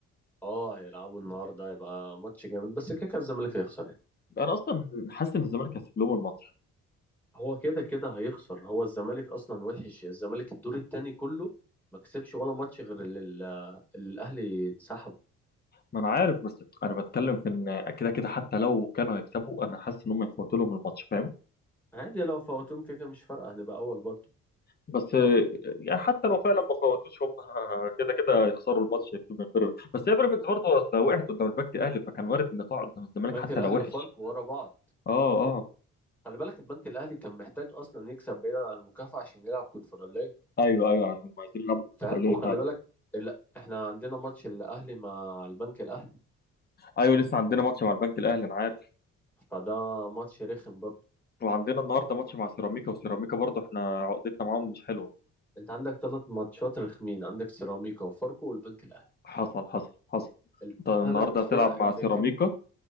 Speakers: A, in the centre; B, on the left.
A: اه هيلعبوا النهارده هيبقى ماتش جامد بس كده كده الزمالك هيخسر يعني.
B: انا اصلا حاسس ان الزمالك هيسيب لهم الماتش
A: هو كده كده هيخسر هو الزمالك اصلا وحش الزمالك الدور التاني كله ما كسبش ولا ماتش غير اللي اللي الاهلي انسحب
B: ما انا عارف بس انا بتكلم في ان كده كده حتى لو كانوا هيكسبوا انا حاسس ان هم يفوتوا لهم الماتش فاهم
A: عادي لو فوتوهم كده كده مش فارقه هنبقى اول برضه
B: بس يعني حتى لو فعلا ما فوتوش هم كده كده يخسروا الماتش من بيراميدز بس هي بيراميدز برضه اصل وقعت قدام البنك الاهلي فكان وارد ان تقع قدام الزمالك
A: البنك
B: حتى
A: الاهلي
B: لو وحش
A: وفاركو ورا بعض
B: اه اه
A: خلي بالك البنك الاهلي كان محتاج اصلا يكسب بعيدا عن المكافاه عشان يلعب كونفدراليه
B: ايوه ايوه عشان هم عايزين يلعبوا في الفتره
A: فاهم
B: اللي
A: وخلي
B: فعلا
A: بالك لا احنا عندنا ماتش الاهلي مع البنك الاهلي
B: ايوه لسه عندنا ماتش مع البنك الاهلي انا عارف
A: فده ماتش رخم برضه
B: وعندنا النهارده ماتش مع سيراميكا وسيراميكا برضه احنا عقدتنا معاهم مش حلوه
A: انت عندك ثلاث ماتشات رخمين عندك سيراميكا وفاركو والبنك الاهلي
B: حصل حصل حصل
A: الثلاث
B: انت النهارده هتلعب
A: فرق
B: مع
A: اللي
B: سيراميكا
A: كده